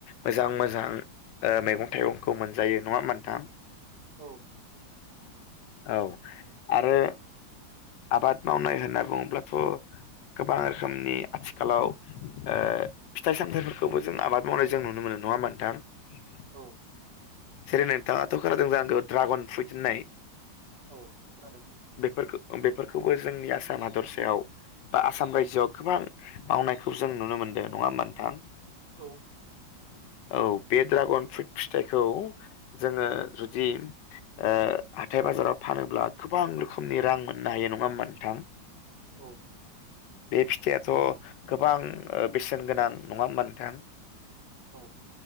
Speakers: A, on the left; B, on the right.
A: मोजां मोजां मैगं थाइगंखौ मोनजायो नङा होमथां
B: औ।
A: औ आरो आबाद मावनाय होनना बुङोब्लाथ' गोबां रोखोमनि आथिखालाव फिथाइ सामथायाइफोरखौबो जों आबाद मावनाय जों नुनो मोनो नङाहोनब्ला नोंथां।
B: औ।
A: जेरै नोंथाङाथ' खोनादों ज आंखौ ड्रागन फुइट होननाय
B: औ खोनादों
A: बेफोरखौबो जोंनि आसाम हादरसायाव बा आसाम रायजोआव गोबां मावनायखौ जों नुनो मोनदों नङा होमा नोंथां।
B: औ।
A: औ बे ड्रागन फ्रुइट फिथाइखौ जोङो जुदि हाथथाय बाजाराव फानोब्ला गोबां रोखोमनि रां मोननो हायो नङा हैनबा नोंथां।
B: औ।
A: बे फिथाइआाथ' गोबां बेसेन गोनां नङा होनबा नोंथां। <inaudible>
B: औ।